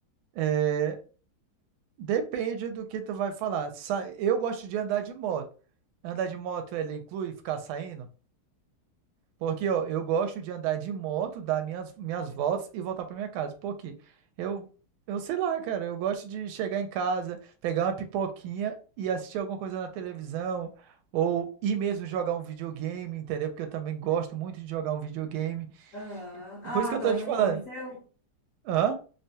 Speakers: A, on the right; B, on the left.
A: é, depende do que tu vai falar. Sa- Eu gosto de andar de moto. Andar de moto, ele inclui ficar saindo? Porque ó, eu gosto de andar de moto, dar minhas, minhas voltas e voltar para minha casa. Por quê? Eu, eu sei lá, cara, eu gosto de chegar em casa, pegar uma pipoquinha e assistir alguma coisa na televisão, ou ir mesmo jogar um videogame, entendeu? Porque eu também gosto muito de jogar um videogame.
B: Aham. Ah,
A: Por isso que eu
B: também
A: tô te
B: é
A: falando.
B: um hobby seu?
A: Hã?